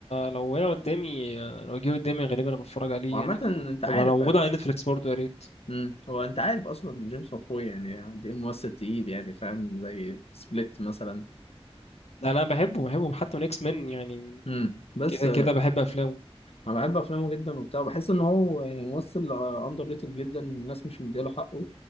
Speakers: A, on the left; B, on the left.
A: لو هي قدامي آه، لو جه قدامي غالبا أنا بتفرج عليه
B: وعامة
A: يعني
B: انت عارف
A: وما لو موجود على نتفليكس برضه يا ريت
B: امم هو انت عارف اصلا جيمس مافوي يعني دي ممثل تقيل يعني فاهم زي سبليت مثلا
A: لا لا، أنا بحبه بحبه حتى من إكس مان يعني
B: امم بس
A: كده
B: آه،
A: كده بحب أفلامه
B: انا بحب افلامه جدا وبتاع بحس ان هو يعني ممثل اندر ريتد جدا الناس مش مديله حقه